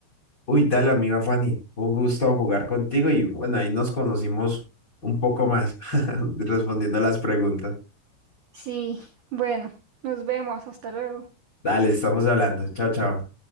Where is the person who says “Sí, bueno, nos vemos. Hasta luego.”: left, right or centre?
Right